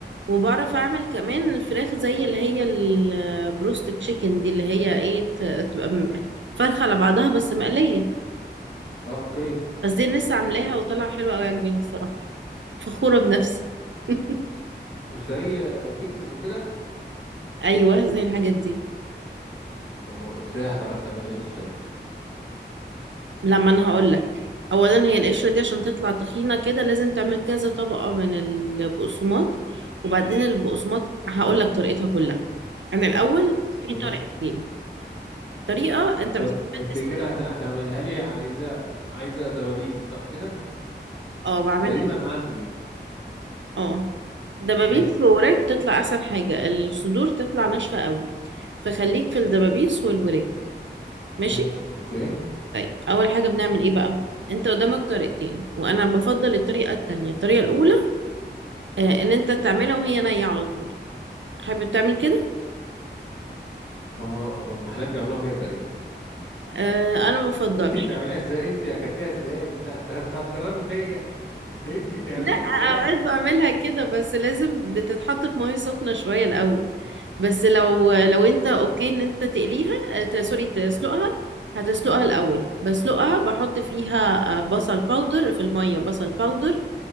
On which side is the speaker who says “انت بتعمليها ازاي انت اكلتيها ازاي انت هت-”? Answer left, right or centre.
Left